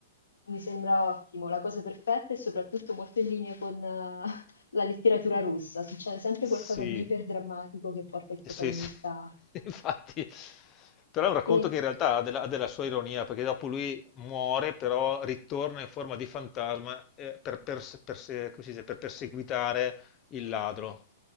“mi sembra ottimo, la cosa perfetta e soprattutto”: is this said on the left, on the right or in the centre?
Left